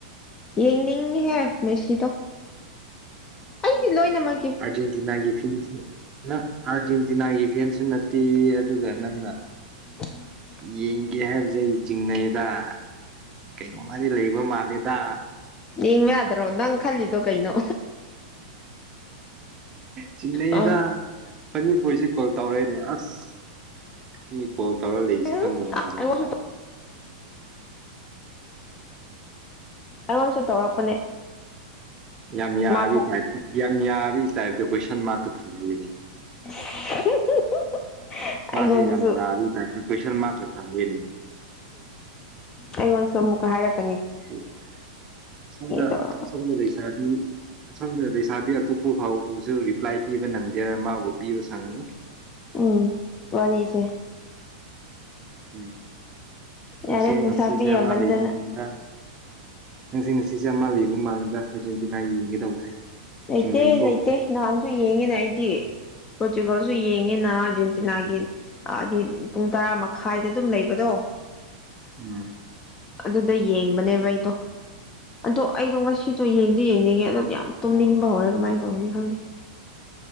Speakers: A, on the left (about 15°); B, on the right (about 20°).
A: ꯌꯦꯡꯅꯤꯡꯉꯍꯦ ꯃꯦꯁꯤꯗꯣ ꯑꯩꯗꯤ ꯂꯣꯏꯅꯃꯛ__
B: ꯑꯔꯖꯦꯟꯇꯤꯅꯥꯒꯤ ꯐꯤꯁ <inaudible> ꯑꯥꯔꯖꯦꯟꯇꯤꯅꯥꯒꯤ ꯐꯦꯟꯁꯨ ꯅꯠꯇꯦ ꯑꯗꯨꯒ ꯅꯪꯅ
A: <inaudible>
B: ꯌꯦꯡꯒꯦ ꯍꯥꯏꯕꯁꯦ ꯑꯩ ꯆꯤꯡꯅꯩꯗ ꯀꯩꯅꯣꯃꯗꯤ ꯂꯩꯕ ꯃꯥꯜꯂꯦꯗ
A: ꯌꯦꯡꯕ ꯌꯥꯗ꯭ꯔꯣ ꯅꯪ ꯈꯜꯂꯤꯗꯣ ꯀꯩꯅꯣ
B: ꯆꯤꯡꯅꯩꯗ
A: ꯑ
B: ꯐꯅꯤꯄꯨꯔꯁꯤ ꯀꯣꯜ ꯇꯧꯔꯛꯏꯅꯦ ꯑꯁ ꯃꯤ ꯀꯣꯜ ꯇꯧꯔ ꯂꯩꯏꯁꯦ
A: ꯑꯩꯉꯣꯟꯁꯨ
B: ꯈꯪꯗꯕ ꯃꯥꯜꯂꯦ ꯃꯥ
A: ꯑꯩꯉꯣꯟꯁꯨ ꯇꯧꯔꯛꯄꯅꯦ
B: ꯌꯥꯝ ꯌꯥꯕꯤ
A: ꯃꯥ ꯊꯣꯛ
B: ꯇꯥꯏꯞꯇ ꯌꯥꯝ ꯌꯥꯕꯤ ꯇꯥꯏꯞꯇ ꯀꯣꯏꯁꯟ ꯃꯥꯔꯛꯀ ꯊꯝꯖꯜꯂꯤꯅꯤ
A: <unintelligible>
B: ꯃꯥꯁꯤ
A: ꯑꯩꯉꯣꯟꯗꯁꯨ
B: ꯌꯥꯝ ꯌꯥꯔꯤ ꯇꯥꯏꯞꯁ ꯀꯣꯏꯁꯟ ꯃꯥꯔꯛꯇ ꯊꯝꯃꯤꯅꯤ
A: ꯑꯩꯉꯣꯟꯁꯨ ꯑꯃꯨꯛꯀ ꯍꯔꯔꯛ
B: ꯍ <unintelligible>
A: ꯇꯧꯔꯒ
B: ꯑꯁꯣꯝꯗ ꯂꯩꯁꯥꯕꯤ ꯑꯁꯣꯝꯗ ꯂꯩꯁꯥꯕꯤ ꯑꯇꯣꯞꯄ ꯐꯥꯎꯕꯁꯨ ꯔꯤꯄ꯭ꯂꯥꯏ ꯄꯤꯕ ꯅꯪꯗꯦꯕ ꯃꯥꯕꯨ ꯄꯤꯕ ꯁꯥꯡꯉꯅꯤ
A: ꯎꯝ ꯋꯥꯔꯤꯁꯦ
B: ꯎꯝ ꯉꯁꯤ
A: ꯌꯥꯔꯦ ꯂꯩꯁꯥꯕꯤ
B: ꯉꯁꯤꯁꯦ
A: ꯌꯥꯝꯃꯟꯗꯅ
B: ꯑꯃ ꯂꯩꯕꯗ ꯅꯪꯁꯤ ꯉꯁꯤꯁꯦ ꯑꯃ ꯂꯩꯕ ꯃ ꯃꯥꯜꯂꯦꯗ ꯑꯥꯔꯖꯦꯟꯇꯤꯅꯥ ꯌꯦꯡꯒꯦ ꯇꯧꯕꯁꯦ
A: ꯂꯩꯇꯦ
B: ꯆꯤꯡꯅꯩꯀꯣ
A: ꯂꯩꯇꯦ ꯅꯍꯥꯟꯁꯨ ꯌꯦꯡꯉꯤꯅꯦ ꯑꯩꯗꯤ ꯄꯣꯔꯇꯨꯒꯥꯜꯁꯨ ꯌꯦꯡꯉꯦꯅ ꯑꯥꯔꯖꯦꯟꯇꯤꯅꯥꯒꯤ ꯑꯗꯤ ꯄꯨꯡ ꯇꯔꯥ ꯃꯈꯥꯏꯗ ꯑꯗꯨꯝ ꯂꯩꯕꯗꯣ
B: ꯎꯝ
A: ꯑꯗꯨꯗ ꯌꯦꯡꯕꯅꯦꯕ ꯑꯩꯗꯣ ꯑꯗꯣ ꯑꯩꯗꯣ ꯉꯁꯤ ꯁꯤꯁꯨ ꯌꯦꯡꯗꯤ ꯌꯦꯡꯅꯤꯡꯉꯦ ꯑꯗꯨꯗꯤ ꯌꯥꯝ ꯇꯨꯝꯅꯤꯡꯕ ꯍꯧꯔꯦ ꯀꯃꯥꯏꯅ ꯇꯧꯒꯅꯤ ꯈꯪꯗꯦ